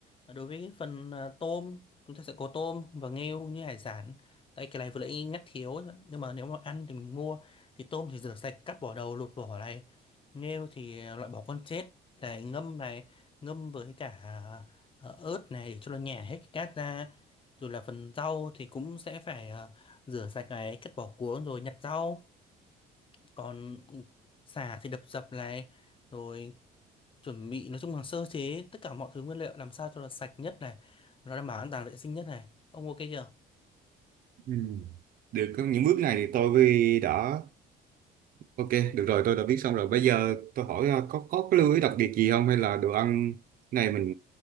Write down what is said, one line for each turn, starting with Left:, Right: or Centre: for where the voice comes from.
Left: Ờ, Đối với phần ờ, tôm, chúng ta sẽ có tôm và nghêu như hải sản. Tại cái này vừa nãy nhắc thiếu, nhưng mà nếu mà ăn thì mình mua. Thì tôm thì rửa sạch, cắt vỏ đầu, lột vỏ này. Nghêu thì ờ, loại bỏ con chết này, ngâm này, ngâm với cả ờ, ớt này để cho nó nhả hết cái cát ra. Rồi là phần rau thì cũng sẽ phải ờ, rửa sạch này, cắt bỏ cuống rồi nhặt rau. Còn sả thì đập dập này, rồi chuẩn bị nói chung là sơ chế tất cả mọi thứ nguyên liệu làm sao cho là sạch nhất này nó đảm bảo an toàn vệ sinh nhất này ông ok chưa
Right: Ừ. được có những bước này thì tôi đã Ok, được rồi, tôi đã biết xong rồi. Bây giờ tôi hỏi ờ, có có cái lưu ý đặc biệt gì không hay là đồ ăn này mình